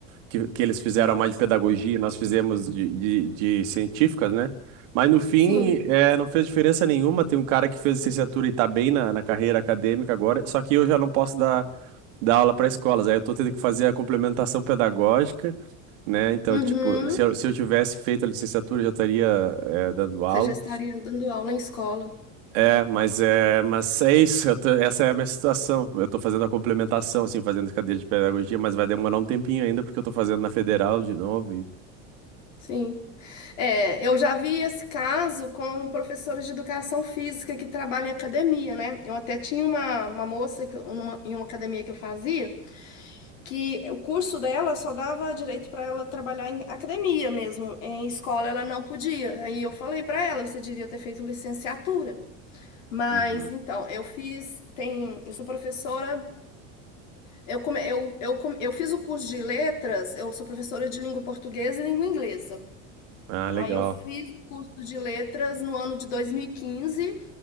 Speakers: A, on the right; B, on the left.
A: que, que eles fizeram
B: sim,
A: mais de pedagogia, nós fizemos de, de, de científicas, né? Mas no fim,
B: sim.
A: é, não fez diferença nenhuma. Tem um cara que fez licenciatura e tá bem na, na carreira acadêmica agora, só que eu já não posso dar, dar aula para escolas. Aí eu tô tendo que fazer a complementação pedagógica, né? Então,
B: Uhum.
A: tipo, se eu, se eu tivesse feito a licenciatura, eu já estaria, é, dando aula.
B: Você já estaria dando aula em escola.
A: É, mas é, mas é isso, eu tô- essa é a minha situação. Eu tô fazendo a complementação, assim, fazendo cadeira de pedagogia, mas vai demorar um tempinho ainda, porque eu tô fazendo na federal de novo. E
B: Sim. É, eu já vi esse caso com professores de educação física que trabalham em academia, né? Eu até tinha uma, uma moça que eu- numa- em uma academia que eu fazia. que o curso dela só dava direito para ela trabalhar em academia mesmo, em escola ela não podia. Aí eu falei para ela, você devia ter feito licenciatura. Mas
A: Uhum.
B: então, eu fiz, tem, eu sou professora, eu, come, eu, eu, come- eu fiz o curso de letras, eu sou professora de língua portuguesa e língua inglesa.
A: Ah, legal.
B: Aí eu fiz o curso de letras no ano de 2015